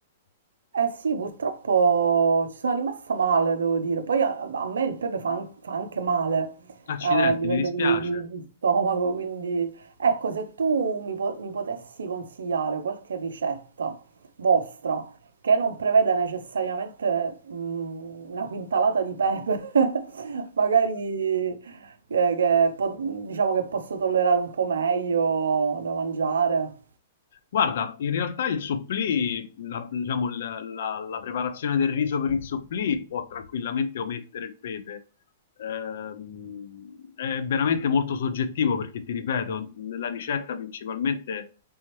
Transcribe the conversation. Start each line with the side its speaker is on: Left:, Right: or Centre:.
Right: Eh sì, purtroppo ci sono rimasta male, devo dire. Poi a, a me il pepe fa, an- fa anche male
Left: Accidenti,
Right: eh, a livello
Left: mi dispiace.
Right: di, di- di stomaco, quindi ecco, se tu mi, po- mi potessi consigliare qualche ricetta vostra che non preveda necessariamente mh, una quintalata di pepe, <laughs> magari eh, che po- diciamo che posso tollerare un po' meglio da mangiare,
Left: Guarda, in realtà il supplì, la, diciamo, la, la- la preparazione del riso per il supplì può tranquillamente omettere il pepe. Ehm, è veramente molto soggettivo perché, ti ripeto, nella ricetta principalmente